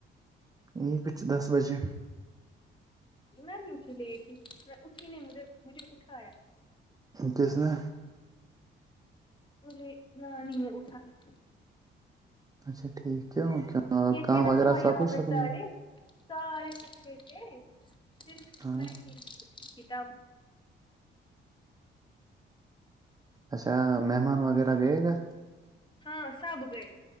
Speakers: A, on the right; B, on the left.
A: یہ کچھ دس بجے
B: میں بھی اٹھی لیٹ میں اٹھی نہیں مھے مجھے بھی اٹھایا
A: کس نے
B: مجھے نانی نے اٹھایا
A: اچھاٹھیک کیوں کیوں
B: یہ
A: کام
B: تھے نا
A: وغیرہ
B: صبح
A: سب
B: یہاں
A: کچھ
B: پہ
A: ختم
B: سارے
A: کیا؟
B: سارے اٹھے ہیے صرف
A: ہاں
B: میں ہی اٹھی تھی تب
A: اچھا مہمان وغیرہ گئے گھر
B: ہاں سب گئے